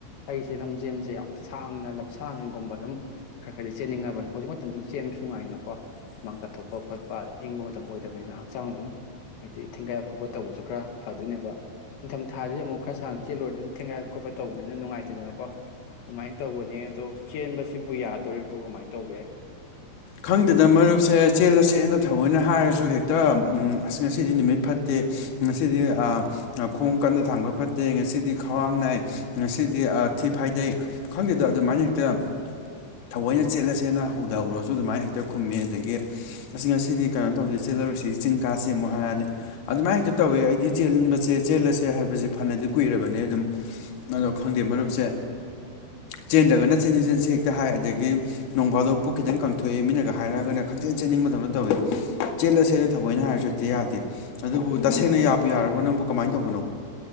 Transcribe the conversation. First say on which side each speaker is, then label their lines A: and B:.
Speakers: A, on the left; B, on the left.
A: ꯑꯩꯁꯦ ꯂꯝꯖꯦꯟꯁꯦ ꯌꯥꯝ ꯁꯥꯡꯅ ꯂꯝꯁꯥꯡꯒꯨꯝꯕ ꯑꯗꯨꯝ ꯈꯔ ꯈꯔꯗꯤ ꯆꯦꯟꯅꯤꯡꯉꯕꯅꯦ ꯍꯧꯖꯤꯛ ꯃꯇꯝꯗ ꯑꯗꯨꯝ ꯆꯦꯟꯕꯁꯨ ꯅꯨꯡꯉꯥꯏꯅꯀꯣ ꯍꯨꯃꯥꯡ ꯇꯥꯊꯣꯛꯄ ꯈꯣꯠꯄ ꯑꯗꯩ ꯏꯪꯕ ꯃꯇꯝ ꯑꯣꯏꯗꯕꯅꯤꯅ ꯍꯛꯆꯥꯡ ꯑꯗꯨꯝ ꯍꯥꯏꯗꯤ ꯊꯦꯡꯒꯥꯏ ꯈꯣꯠꯄ ꯇꯧꯕꯁꯨ ꯈꯔ ꯐꯗꯣꯏꯅꯦꯕ ꯅꯤꯡꯊꯝ ꯊꯥꯥꯁꯦ ꯑꯃꯨꯛ ꯈꯔ ꯁꯥꯡ ꯆꯦꯜꯂꯨꯔꯗꯤ ꯑꯗꯨꯝ ꯊꯤꯟꯒꯥꯏꯕ ꯈꯣꯠꯄ ꯇꯧꯕꯅꯤꯅ ꯅꯨꯡꯉꯥꯏꯇꯦꯗꯅꯀꯣ ꯑꯗꯨꯃꯥꯏꯅ ꯇꯧꯕꯅꯦ ꯑꯗꯣ ꯆꯦꯟꯕꯁꯤꯕꯨ ꯌꯥꯗꯣꯔꯤꯕꯣ ꯀꯃꯥꯏꯅ ꯇꯧꯒꯦ
B: ꯈꯪꯗꯦꯗꯅ ꯃꯔꯨꯞꯁꯦ ꯆꯦꯜꯂꯁꯦꯅ ꯊꯑꯣꯏꯅ ꯍꯥꯏꯔꯁꯨ ꯍꯦꯛꯇ ꯎꯝ ꯑꯁ ꯉꯁꯤꯗꯤ ꯅꯨꯃꯤꯠ ꯐꯠꯇꯦ ꯉꯁꯤꯗꯤ ꯑ ꯈꯣꯡ ꯀꯟꯅ ꯊꯥꯡꯕ ꯐꯠꯇꯦ ꯉꯁꯤꯗꯤ ꯈ꯭ꯋꯥꯡ ꯅꯥꯏ ꯉꯁꯤꯗꯤ ꯊꯤ ꯐꯥꯏꯗꯩ ꯈꯪꯗꯦꯗ ꯑꯗꯨꯃꯥꯏꯅ ꯍꯦꯛꯇ ꯊꯥꯑꯣꯏꯅ ꯆꯦꯠꯂꯁꯦꯅ ꯍꯧꯗ ꯍꯧꯔꯁꯨ ꯑꯗꯨꯃꯥꯏꯅ ꯍꯦꯛꯇ ꯈꯨꯝꯃꯤ ꯑꯗꯒꯤ ꯑꯁ ꯉꯁꯤꯗꯤ ꯀꯩꯅꯣ ꯇꯧꯁꯦ ꯆꯦꯜꯂꯔꯣꯏꯁꯤ ꯆꯤꯡ ꯀꯥꯥꯁꯦ ꯑꯃꯨꯛ ꯍꯥꯏꯔꯛꯑꯅꯤ ꯑꯗꯨꯃꯥꯏꯅ ꯍꯦꯛꯇ ꯇꯧꯋꯦ ꯑꯩꯗꯤ ꯆꯦꯟꯕꯁꯦ ꯆꯦꯜꯂꯁꯦ ꯍꯥꯏꯕꯁꯦ ꯐꯅꯗꯤ ꯀꯨꯏꯔꯕꯅꯦ ꯑꯗꯨꯝ ꯑꯗꯣ ꯈꯪꯗꯦ ꯃꯔꯨꯞꯁꯦ ꯆꯦꯟꯗ꯭ꯔꯒꯅ ꯆꯦꯟꯁꯤ ꯆꯦꯟꯁꯤ ꯍꯦꯛꯇ ꯍꯥꯏ ꯑꯗꯒꯤ ꯅꯣꯡꯐꯥꯗꯣꯛ ꯄꯨꯛ ꯈꯤꯇꯪ ꯀꯪ ꯊꯣꯛꯑꯦ ꯃꯤꯅꯒ ꯍꯥꯏꯔꯛꯑꯒꯅ ꯈꯪꯆꯦꯜ ꯆꯦꯟꯅꯤꯡꯕꯗꯧꯅ ꯇꯧꯋꯤ ꯆꯦꯜꯂꯁꯦꯅ ꯊꯑꯣꯏꯅ ꯍꯥꯏꯔꯁꯨ ꯍꯦꯛꯇꯥ ꯌꯥꯗꯦ ꯑꯗꯨꯕꯨ ꯇꯁꯦꯡꯅ ꯌꯥꯕꯨ ꯌꯥꯔꯕ꯭ꯔꯣ ꯅꯪꯕꯨ ꯀꯃꯥꯏꯅ ꯇꯧꯕꯅꯣ